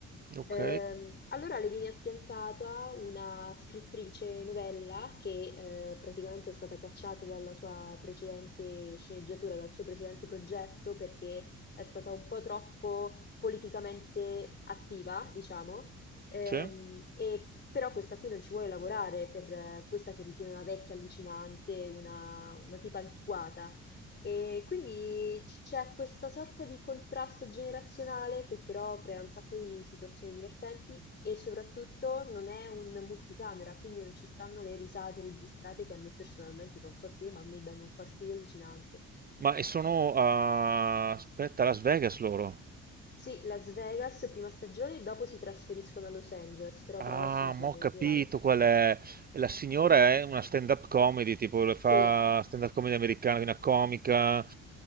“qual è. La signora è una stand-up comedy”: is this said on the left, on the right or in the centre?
Right